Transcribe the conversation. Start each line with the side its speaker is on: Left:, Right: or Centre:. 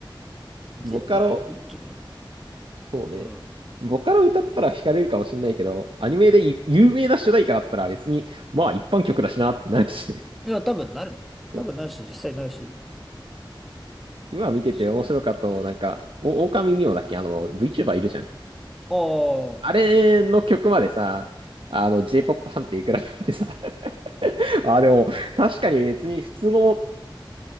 Right: ボカロ、
Centre: 全部ポップミュージックなんだ
Right: そうね。
Centre: な。うん。
Right: ボカロ歌ったら惹かれるかもしれないけど、アニメでい有名な主題歌だったら別に、まあ一般曲だしなってなるし。
Centre: いや、多分なるよ。
Right: <laughs> そう。
Centre: 多分なるし、実際なるし。
Right: 今見てて面白かったの、
Centre: 知らないとき。
Right: なんか、お、狼ミオだっけあの、VTuber いるじゃん。
Centre: ああ、
Right: あれの曲までさ、あの、J-POP 判定いくらってさ。<laughs> あ、でも、確かに別に普通の、